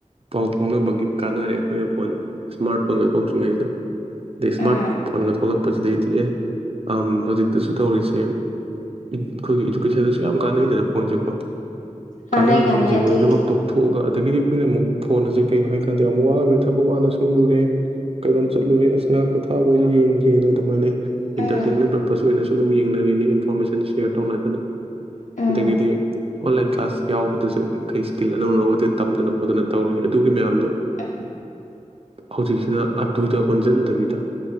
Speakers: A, on the right (about 50°); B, on the left (about 75°).
A: ꯄꯥꯎ ꯐꯥꯎꯅꯕꯒꯤ ꯀꯥꯟꯅꯔꯦ ꯑꯩꯈꯣꯏꯅ ꯐꯣꯟ ꯏꯁꯃꯥꯔꯠ ꯐꯣꯟꯗ ꯊꯣꯛꯇ꯭ꯔꯤꯉꯩꯁꯤꯗ ꯏꯁꯃꯥꯠ
B: ꯎꯝ
A: ꯐꯣꯟꯒ ꯐꯂꯛ ꯁꯤꯗꯩꯗꯤꯦꯛꯑꯦ ꯍꯧꯖꯤꯛꯇꯁꯨ ꯇꯧꯔꯤꯁꯦ ꯑꯩꯈꯣꯏꯒꯤ ꯏꯗꯨꯀꯦꯁꯟꯗ ꯌꯥꯝ ꯀꯥꯟꯅꯩꯗꯅ ꯐꯣꯟꯁꯦ ꯀꯣ
B: ꯀꯥꯟꯅꯩ
A: ꯀꯥꯟꯅꯕꯁꯤꯡꯁꯦ
B: ꯀꯥꯟꯅꯩ ꯑꯗꯨꯏꯗꯤ
A: ꯂꯣꯏꯅꯃꯛ ꯇꯣꯛꯊꯣꯛꯑꯒ ꯑꯗꯒꯤꯗꯤ ꯑꯩꯈꯣꯏꯅ ꯑꯃꯨꯛ ꯐꯣꯟ ꯑ ꯑꯁꯤꯦ ꯀꯩꯅꯣ ꯍꯥꯏ ꯀꯥꯟꯗ ꯌꯥꯝ ꯋꯥꯔꯨꯔꯦ ꯊꯕꯛ ꯋꯥꯅ ꯁꯨꯔꯨꯔꯦ ꯀꯩꯅꯣꯝ ꯆꯠꯂꯨꯔꯦ ꯑꯁ ꯉꯥꯛ ꯄꯣꯊꯥꯕ ꯑꯣꯏꯅ ꯌꯦꯡꯒꯦꯅ ꯑꯗꯨꯃꯥꯏꯅ
B: ꯎꯝ
A: ꯏꯟꯇꯔꯇꯦꯟꯦꯟ ꯄꯔ ꯑꯗꯨꯝ ꯌꯦꯡꯅꯔꯤꯅꯦ ꯏꯟꯐꯣꯔꯃꯦꯁꯟ ꯁꯤꯌꯥꯔ ꯇꯧꯅꯗꯅ
B: ꯎꯝ
A: ꯑꯗꯒꯤꯗꯤ ꯑꯣꯟꯂꯥꯏꯟ ꯀ꯭ꯂꯥꯁ ꯌꯥꯎꯕꯗꯁꯨ ꯀꯩ ꯏꯁꯀꯤꯜ ꯑꯅꯧ ꯑꯅꯧꯕꯗꯤ ꯇꯝꯗꯅ ꯈꯣꯠꯇꯅ ꯇꯧꯔꯤꯅꯤ ꯑꯗꯨꯒꯤ ꯃꯌꯥꯝꯗꯣ
B: ꯎ
A: ꯍꯧꯖꯤꯛꯁꯤꯅ ꯑꯗꯨꯗ ꯑꯣꯟꯁꯤꯟꯗꯕꯤꯗ